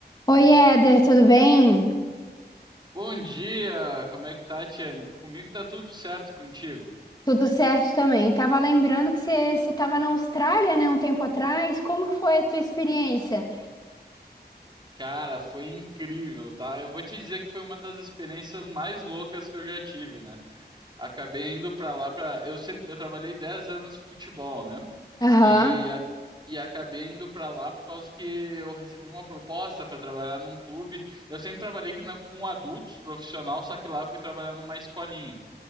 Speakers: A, on the left (about 25°); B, on the right (about 25°).
A: Oi, Éder, tudo bem?
B: Bom dia, como é que tá, Tiane? Comigo tá tudo certo e contigo?
A: Tudo certo também. Tava lembrando que você estava na Austrália, né, um tempo atrás. Como que foi a tua experiência?
B: Cara, foi incrível, tá? Eu vou te dizer que foi uma das experiências mais loucas que eu já tive, né? Acabei indo pra lá pra. Eu sempre, eu trabalhei 10 anos futebol, né?
A: Aham.
B: E a- e acabei indo pra lá por causa que eu recebi uma proposta pra trabalhar num clube. Eu sempre trabalhei que na- com adultos, profissional, só que lá eu fui trabalhar numa escolinha.